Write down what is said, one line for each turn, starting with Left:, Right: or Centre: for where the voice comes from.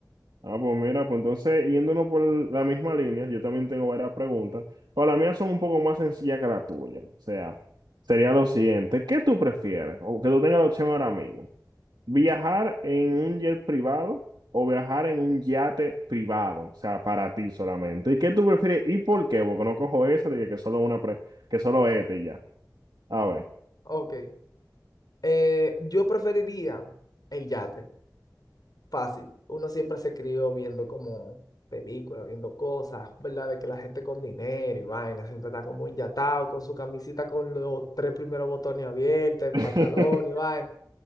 Right: Ah, pues mira, pues entonces, yéndonos por la misma línea, yo también tengo varias preguntas. O las mías son un poco más sencillas que la tuya. O sea, sería lo siguiente, ¿qué tú prefieres? O que tú tengas la opción ahora mismo. ¿Viajar en un jet privado o viajar en un yate privado? O sea, para ti solamente. ¿Y qué tú prefieres y por qué? Porque no cojo esa de que solo una pre- que solo este y ya. A ver.
Left: Ok. Eh, yo preferiría el yate. Fácil. Uno siempre se crió viendo como películas, viendo cosas, ¿verdad? De que la gente con dinero y vaina siempre está como inyatado con su camisita con los tres primeros botones abiertos, en
Right: <laughs>
Left: pantalón y vaina.